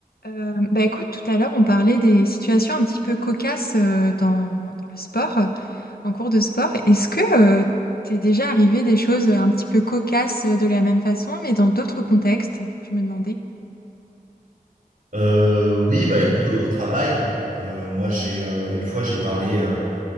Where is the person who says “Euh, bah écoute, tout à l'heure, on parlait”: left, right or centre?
Left